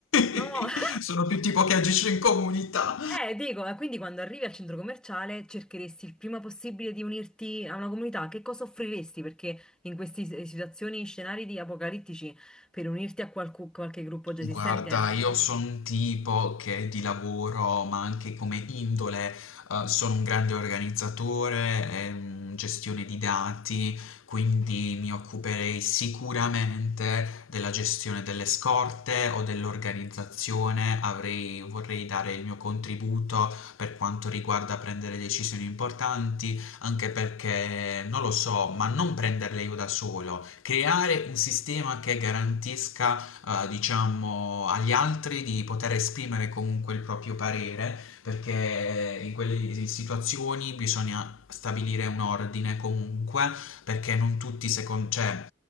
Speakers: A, in the centre; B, on the left.
A: No!
B: <laughs>
A: <laughs>
B: Sono più tipo che agisce in comunità.
A: Eh, dico, eh, quindi quando arrivi al centro commerciale cercheresti il prima possibile di unirti a una comunità, che cosa offriresti? Perché in queste situazioni, scenari di apocalittici, per unirti a qualcu- qualche gruppo già esistente
B: Guarda, io sono un tipo che di lavoro, ma anche come indole, eh, sono un grande organizzatore, ehm, gestione di dati, quindi mi occuperei sicuramente della gestione delle scorte o dell'organizzazione. Avrei, vorrei dare il mio contributo per quanto riguarda prendere decisioni importanti, anche perché non lo so, ma non prenderle io da solo, creare un sistema che garantisca eh, diciamo, agli altri di poter esprimere comunque il proprio parere, perché in quelle situazioni bisogna stabilire un ordine comunque, perché non tutti secondo... Cioè,